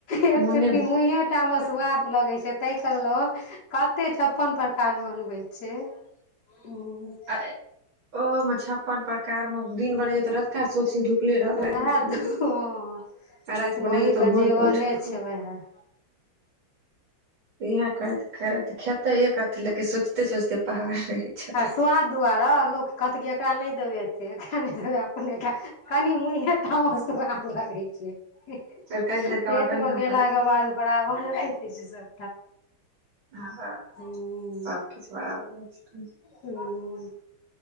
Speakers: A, on the left; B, on the right.
A: एक
B: मोने
A: चुटकी मुहे टा मे सुआद लगै छै ताहिके ल कते छप्पन प्रकार बनबै छैय हूँ।
B: आ ओ मे छप्पन प्रकार मे दिन बनैय त रतका सोचु जे उले रहत
A: उएह
B: रातिमे की
A: तऽ
B: बनबौ
A: हँ
B: आ राति
A: मौगीके
B: बनैयौ तऽ भोरके
A: जीवने
B: उठ कऽ
A: छै उएह
B: इह करैत करैत खेतेे एक रति लेकिन सोचते सोचते पहाड़ रहै छैय।
A: सुआद दुआरे लोक कहतै कि एकरा नहि देबै एते एकरा नै देबै अपनेटा कनि मुँहे तामस तऽ आर लगै छैय।
B: कई देर के
A: पेट
B: बाद ओहिना
A: मे गेलाक के बाद बराबर भए छैय सब।
B: हँ हँ
A: हूँ
B: सबकिछु बड़बै छैय।
A: हूँ